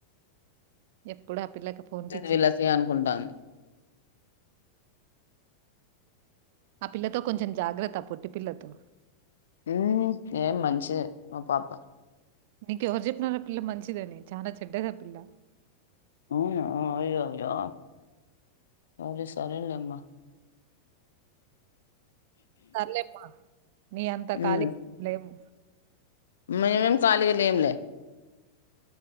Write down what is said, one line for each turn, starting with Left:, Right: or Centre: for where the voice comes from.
Right: ఎప్పుడు ఆ పిల్లలకు ఫోన్ పిచ్చిది
Left: "ఇది వీళ్ళకి అనుకుంటాను
Right: ఆ పిల్లతో కొంచెం జాగ్రత్త పొట్టి పిల్లతో
Left: ఉ ఏ మంచిదే ఆ పాప
Right: నీక ఎవరు చెప్పినార ఆ పిల్ల మంచిదని చానా చెడ్డది ఆ పిల్ల
Left: అవునా అయ్యయ్యో సారే సరేలే అమ్మా
Right: సర్లేమ్మా నీ అంత ఖాళీగా
Left: ఉమ్
Right: లేము
Left: మేమేం ఖాళీగా లేంలే